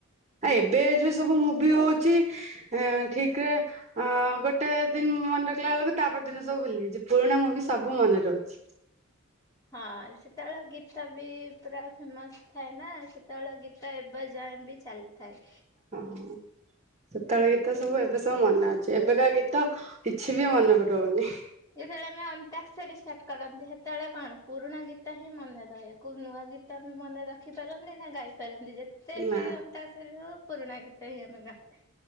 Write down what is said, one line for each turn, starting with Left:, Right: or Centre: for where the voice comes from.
Right: ଆ ଏବେ ଏ ଯୋଉ ସବୁ ମୁଭି ହଉଛି ଏ ଠିକରେ ଅ ଗୋଟେ ଦିନ ମନେ ରଖିଲା ବେଳକୁ ତାପର ଦିନ ସବୁ ଭୁଲି ଯାଉଛି, ପୁରୁଣା ମୁଭି ସବୁ ମନେ ରହୁଛି।
Left: ହଁ ସେତେବେଳ ଗୀତ ବି ପୁରା ଫେମସ ଥାଏ ନା, ସେତେବେଳେ ଗୀ ତ ଏବେ ଯାଏଁ ବି ଚାଲିଥାଏ।
Right: ହଁ। ସେତବେଳେ ଗୀତ ସବୁ ଏବେ ସବୁ ମନେ ଅଛି, ଏବେକା ଗୀତ କିଛି ବି ମନେ ରହୁନି।
Left: ଯେତେବେଳେ ଆମେ ଅନ୍ତାକ୍ଷରୀ ବି ଷ୍ଟାର୍ଟ କରନ୍ତି, ସେତେବେଳେ କଣ ପୁରୁଣା ଗୀତ ହିଁ ମନେ ରହେ। କୋଉ ନୂଆ ଗୀତ ଆମେ ମନେ ରଖିପାରନ୍ତି ନା ଗାଇ ପାରନ୍ତି ଯେ ସେ
Right: ନା
Left: ବି ଅନ୍ତା ସେ ପୁରୁଣା ଗୀତ ହିଁ ଆମେ ଗାଆ